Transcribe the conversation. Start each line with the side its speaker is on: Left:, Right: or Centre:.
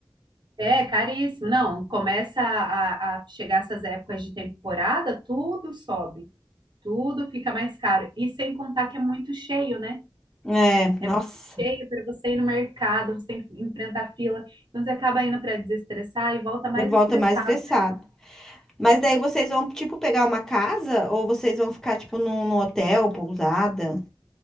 Right: é caríssimo. Não, começa a, a chegar essas épocas de temporada, tudo sobe, tudo fica mais caro. E sem contar que é muito cheio, né?
Centre: É,
Right: É
Centre: nossa,
Right: muito cheio para você ir no mercado, você tem que enfrentar fila. Então você acaba indo para desestressar e volta mais
Centre: de volta
Right: estressado.
Centre: mais estressado.
Right: né?
Centre: Mas daí vocês vão, tipo, pegar uma casa ou vocês vão ficar, tipo, num, num hotel, pousada?